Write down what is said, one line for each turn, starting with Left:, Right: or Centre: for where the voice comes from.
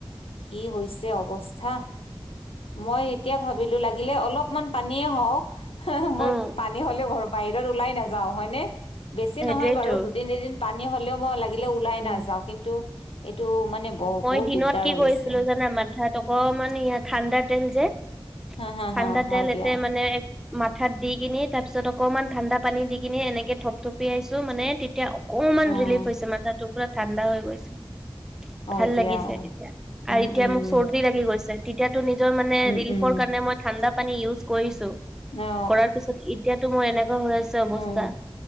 Left: কি হৈছে অৱস্থা মই এতিয়া ভাবিলোঁ লাগিলে অলপমান পানীয়ে হওঁক হা - হা মই
Centre: উম
Left: পানী হ'লে ঘৰ বাহিৰত ওলাই নাযাও হয়নে বেছি
Centre: সেইটোয়েইটো
Left: নহয় বাৰু দুদিন, এদিন পানী হ'লেও মই লাগিলে ওলাই
Centre: উম
Left: নাযাও কিন্তু এইটো মানে ব
Centre: মই
Left: বহুত
Centre: দিনত
Left: দিগদাৰ
Centre: কি
Left: হৈছে
Centre: কৰিছিলো জানা মাথাত অকমান ইয়া ঠাণ্ডা তেল যে
Left: হা হা
Centre: ঠাণ্ডা
Left: হা
Centre: তেল
Left: হয় দিয়া
Centre: এতে মানে মাথাত দি কিনি তাৰ পিছত অকমান ঠাণ্ডা পানী দি কিনি এনেকে থপথপিয়াইছো মানে এতিয়া অকমান
Left: উম
Centre: ৰিলিফ হৈছে মাথাটো পুৰা ঠাণ্ডা হৈ গৈছে।
Left: হয়
Centre: ভাল
Left: দিয়া
Centre: লাগিছে এতিয়া
Left: উম
Centre: আৰু এতিয়া
Left: উম
Centre: মোক চৰ্দি লাগি গৈছে তেতিয়াটো নিজৰ মানে
Left: উম
Centre: ৰিলিফৰ
Left: উম
Centre: কাৰণে মই ঠাণ্ডা পানী ইউজ কৰিছো
Left: অ
Centre: কৰাৰ পিছত এতিয়াতো মই এনে অৱস্থা।
Left: উম